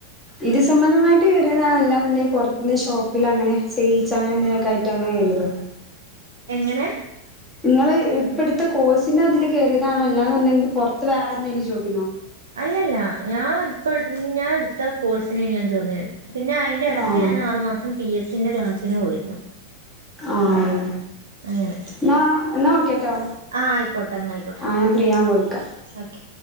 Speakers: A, in the centre; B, on the right.
A: ഇത് സംബന്ധമായിട്ട് കേറിയതാണോ അല്ലായിണ്ടെങ്കി പൊറത്ത്നിന്ന് ഷോപ്പിലങ്ങനെ സെയിൽസ് അങ്ങനെന്തെലൊക്കെ ആയി ട്ടങ്ങനെ കേറിയതോ?
B: എങ്ങെനെ?
A: ഇങ്ങെള് ഇപ്പട്ത്തെ കോഴ്സ്ന്റെ അതില് കേറിയതാണോ അല്ലാന്ന്ണ്ടെങ്കില് പൊർത്ത് വേറെന്തേലും ജോബിനോ?
B: അല്ലല്ല ഞാൻ ഇപ്പ ഞാട്ത്ത കോഴ്സിനേനി ഞാൻ ചേർന്നിനിയെ പിന്നെ അയിന്റെ എടക്ക്
A: ആഹ്
B: ഞാനാറുമാസം പി എസ് സി ന്റെ ക്ലാസ്സിന് പോയിരുന്നു
A: ആഹ്
B: അങ്ങനെ
A: ന്നാ ന്നാ ഓകേ ട്ടോ
B: ആ ആയിക്കോട്ടെ എന്നാ ആയിക്കോട്ടെ
A: ആ ഞാൻ ഫ്രീയാവുമ്പോ വിളിക്കാ
B: ഓക്കെ